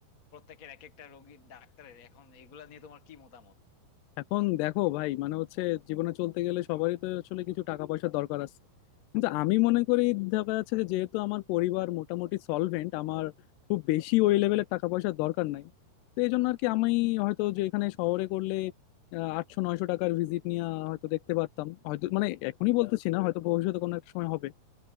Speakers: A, on the left (about 55°); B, on the left (about 80°).
A: প্রত্যেকের এক একটা রোগীর ডাক্তারের এখন এগুলা নিয়ে তোমার কি মতামত
B: এখন দেখো ভাই মানে হচ্ছে জীবনে চলতে গেলে সবারই তো আসলে কিছু টাকা পয়সার দরকার আছে কিন্তু আমি মনে করি দেখা যাচ্ছে যে যেহেতু আমার পরিবার মোটামুটি সলভেন্ট আমার খুব বেশি ওই লেভেলের টাকা পয়সার দরকার নাই তো এই জন্য আর কি আমি হয়তো যে এখানে শহরে করলে আহ, আটশো নয়শো টাকার ভিজিট নিয়ে হয়তো দেখতে পারতাম হয়তো মানে এখনই বলতেছি না হয়তো ভবিষ্যতে কোনো একটা সময় হবে